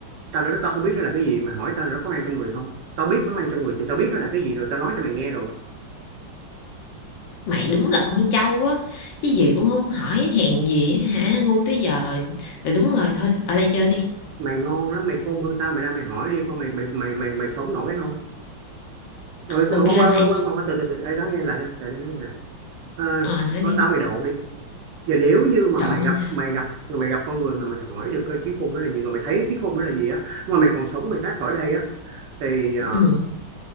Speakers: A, on the right (about 75°); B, on the left (about 75°).
A: tao đến đó tao không biết nó là cái gì mày hỏi tao là nó có mang trong người không tao biết nó mang trong người thì tao biết nó là cái gì rồi tao nói cho mày nghe rồi
B: Mày đúng là con trâu á, cái gì cũng không hỏi hèn gì á hả, ngu tới giờ. Rồi đúng rồi thôi, ở đây chơi đi.
A: mày ngon lắm mày khôn hơn tao mày ra mày hỏi đi coi mày mày mày mày mày sống nổi không rồi tao
B: Ok mày,
A: qua qua qua qua từ từ từ ê nói nghe lại đây lại đây nói nghe nè ờ
B: ờ nói
A: nói
B: đi.
A: tao mày độ đi giờ nếu như mà
B: Đổ
A: mày gặp
B: ra.
A: mày gặp mày gặp con người mà mày hỏi được cái trí khôn đó là gì mà mày thấy trí khôn đó là gì á mà mày còn sống mày thoát khỏi đây á thì ờ,
B: Ừ. <clears throat>